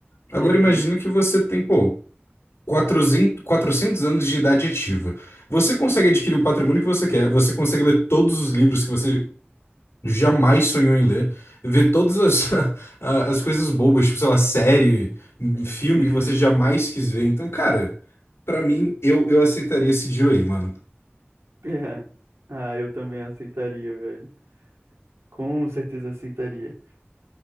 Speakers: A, on the left; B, on the right.
A: Agora
B: uhum,
A: imagina que você tem, pô, quatrocentos quatrocentos anos de idade ativa. Você consegue adquirir o patrimônio que você quer, você consegue ler todos os livros que você jamais sonhou em ler, ver todas as, <laughs> a- as coisas bobas, tipo, sei lá, série, filme
B: sim.
A: que você jamais
B: <laughs>
A: quis ver. Então, cara, pra mim, eu, eu aceitaria esse deal aí, mano.
B: É. Ah, eu também aceitaria, velho. Com certeza aceitaria.